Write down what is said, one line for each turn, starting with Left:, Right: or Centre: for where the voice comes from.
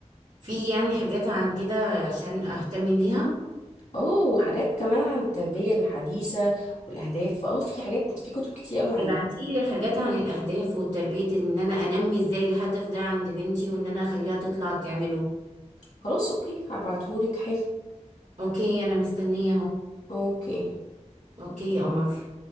Right: في يعني حاجات عن كده عشان اهتم بيها
Left: اوه وحاجات كمان عن التربيه الحديثه والاهداف اه في حاجات في كتب كتير قوي عندها
Right: ابعتيلي حاجات عن الاهداف والتربية ان انا انمي ازاي الهدف ده عند بنتي وان انا اخليها تطلع تعمله
Left: خلاص اوكي هبعتهولك حلو
Right: اوكي انا مستنية اهو
Left: اوكي
Right: اوكي يا قمر